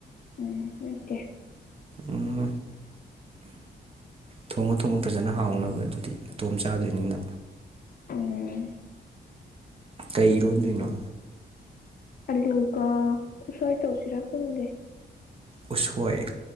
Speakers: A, on the left (about 50°); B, on the right (about 30°).
A: ꯎꯝ ꯑꯣꯀꯦ
B: ꯎꯝ ꯊꯣꯡꯉ ꯊꯣꯡꯉ ꯐꯖꯅ ꯍꯥꯎꯅꯕ ꯑꯗꯨꯗꯤ ꯃꯇꯇꯣꯝ ꯆꯥꯗꯣꯏꯅꯤꯅ
A: ꯎꯝ
B: ꯀꯩꯔꯣꯟꯗꯣꯏꯅꯣ
A: ꯑꯂꯨꯒ ꯀꯁꯋꯥꯥꯏ ꯇꯧꯁꯤꯔꯥ ꯈꯪꯗꯦ
B: ꯎ ꯑꯣꯏꯜ